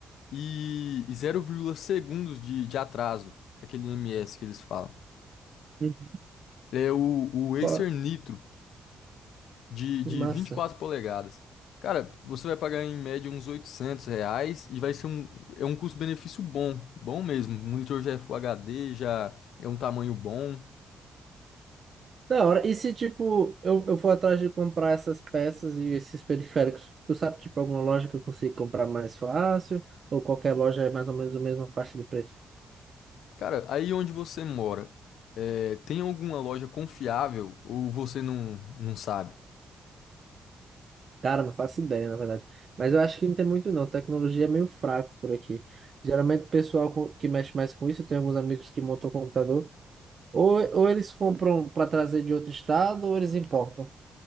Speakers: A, on the left (about 85°); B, on the right (about 40°).
A: e, e zero vírgula segundos de, de atraso, aquele ms que eles falam.
B: Uhum.
A: É o, o Acer
B: Qual-
A: Nitro de, de
B: Massa.
A: vinte e quatro polegadas. Cara, você vai pagar em média uns 800 reais e vai ser um, é um custo-benefício bom, bom mesmo. O monitor já é Full HD, já é um tamanho bom.
B: Da hora. E se, tipo, eu, eu for atrás de comprar essas peças e esses periféricos, tu sabe, tipo, alguma loja que eu consigo comprar mais fácil? Ou qualquer loja é mais ou menos a mesma faixa de preço?
A: Cara, aí onde você mora, é, tem alguma loja confiável ou você não, não sabe?
B: Cara, não faço ideia, na verdade. Mas eu acho que não tem muito, não. Tecnologia é meio fraco por aqui. Geralmente, o pessoal com- que mexe mais com isso, tem alguns amigos que montam computador. Ou, ou eles compram para trazer de outro estado, ou eles importam.